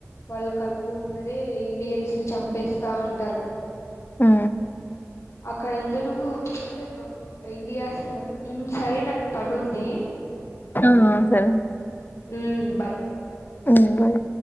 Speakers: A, on the left; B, on the left.
A: వాళ్ళ కళ్ళ ముందరే ఇండియన్స్ ని చంపేస్తా ఉంటారు
B: మ్
A: అక్కడందరూ అంటే ఇండియా స ఉమ్ సరే నాకు పని ఉంది
B: ఆ ఆ సరే
A: ఉమ్ బాయ్
B: మ్ బాయ్